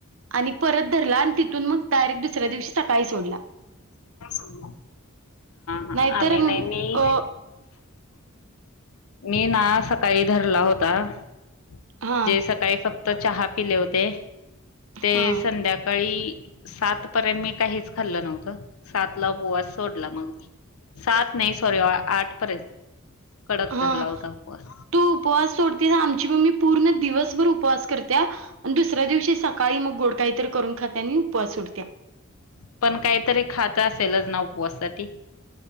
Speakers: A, on the right; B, on the left.
A: आणि परत धरला आणि तिथून मग डायरेक्ट दुसऱ्या दिवशी सकाळी सोडला.
B: अ हा हा,
A: नाहीतर
B: आम्ही नाही मी
A: अ
B: मी ना, सकाळी धरला होता. म्हणजे
A: हा
B: सकाळी फक्त चहा पिले होते, ते
A: हा
B: संध्याकाळी सात पर्यंत मी काहीच खाल्ल नव्हतं, सातला उपवास सोडला मग मी. सात नाही, सॉरी आठ पर्यंत. कडक
A: हा,
B: धरला होता उपवास.
A: तू उपवास सोडतेस आमची मम्मी पूर्ण दिवसभर उपवास करत्या आणि दुसऱ्या दिवशी सकाळी मग गोड काही तर करून खात्या आणि उपवास सोडत्या.
B: पण काहीतरी खात असेलच, ना उपवासासाठी?